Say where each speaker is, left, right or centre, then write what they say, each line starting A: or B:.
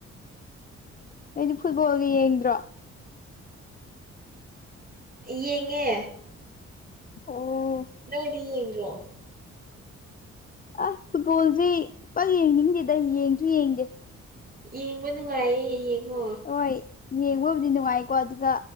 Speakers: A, on the left; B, on the right.
A: ꯑꯩꯗꯤ ꯐꯨꯠꯕꯣꯜ ꯌꯦꯡ꯭ꯔꯣ
B: ꯌꯦꯡꯉꯦ
A: ꯑꯣ
B: ꯅꯣꯏꯗꯤ ꯌꯦꯡꯗ꯭ꯔꯣ
A: ꯑꯁ ꯐꯨꯠꯕꯣꯜꯁꯦ ꯄ ꯌꯦꯡꯅꯤꯡꯗꯦꯗ ꯌꯦꯡꯁꯨ ꯌꯦꯡꯗꯦ
B: ꯌꯦꯡꯕ ꯅꯨꯡꯉꯥꯏꯌꯦ ꯌꯦꯡꯉꯣ
A: ꯍꯣꯏ ꯌꯦꯡꯕꯕꯨꯗꯤ ꯅꯨꯡꯉꯥꯏꯀꯣ ꯑꯗꯨꯒ